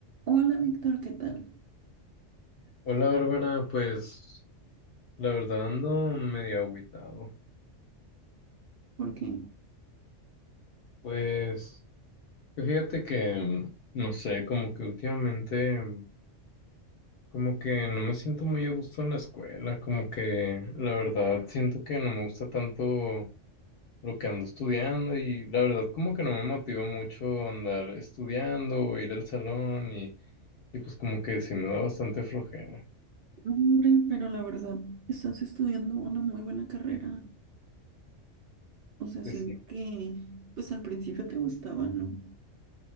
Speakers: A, on the right; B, on the left.
A: Hola Víctor, ¿qué tal?
B: Hola Bárbara, pues la verdad ando medio agüitado.
A: Porque,
B: Pues fíjate que, no sé, como que últimamente, como que no me siento muy a gusto en la escuela, como que la verdad siento que no me gusta tanto lo que ando estudiando y la verdad como que no me motiva mucho andar estudiando o ir al salón y, y pues como que sí me da bastante flojera.
A: hombre, pero la verdad, estás estudiando una muy buena carrera. O sea,
B: Pues
A: siento
B: sí,
A: que, pues al principio te gustaba, ¿no?